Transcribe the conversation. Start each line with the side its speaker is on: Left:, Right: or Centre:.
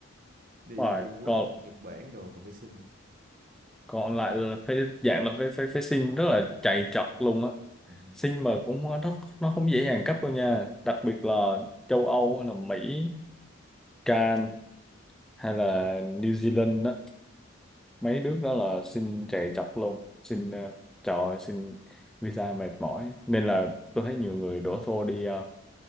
Right: đi
Centre: rồi
Right: Trung Quốc
Centre: còn
Right: Nhật Bản đồ còn phải xin
Centre: còn lại là phải dạng là phải phải phải xin rất là chạy trật luôn á
Right: ừ.
Centre: xin mà cũng không- nó nó không dễ dàng cấp đâu nha đặc biệt là châu Âu hay là Mỹ Can
Right: Ừ.
Centre: hay là New Zealand đó
Right: Ừ.
Centre: mấy nước đó là xin chạy trật luôn xin ờ, trời ơi, xin visa mệt mỏi nên là tôi thấy nhiều người đổ xô đi ờ,